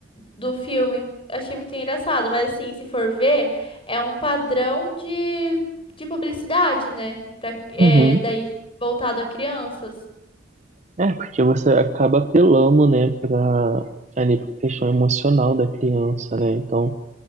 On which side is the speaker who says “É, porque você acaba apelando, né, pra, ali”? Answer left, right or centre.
Right